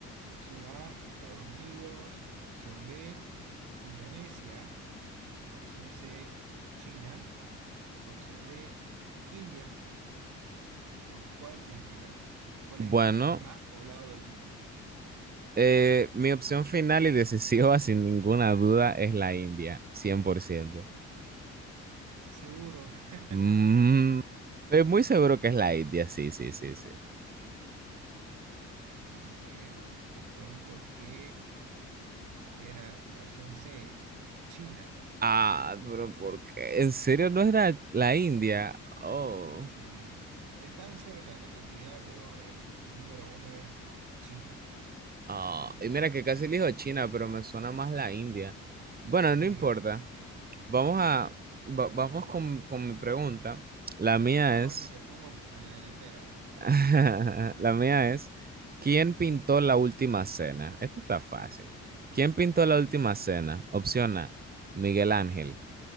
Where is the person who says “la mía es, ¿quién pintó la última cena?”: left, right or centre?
Right